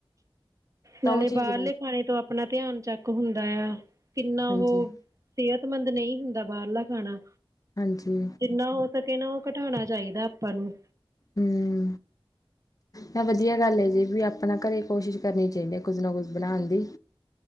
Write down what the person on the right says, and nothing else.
ਨਾਲੇ
ਬਾਹਰਲੇ ਖਾਣੇ ਤੋਂ ਅਪਣਾ ਤਿਆਨ ਚੈਕ ਹੁੰਦਾ ਆ, ਕਿੰਨਾ ਉਹ
ਸੇਹਤਮੰਦ ਨਈ ਹੁੰਦਾ ਬਾਹਰਲਾ ਖਾਣਾ।
ਜਿੰਨਾ ਹੋ ਸਕੇ ਨਾ ਉਹ ਕਟਾਣਾ ਚਾਈਦਾ ਆਪਾਂ ਨੂੰ।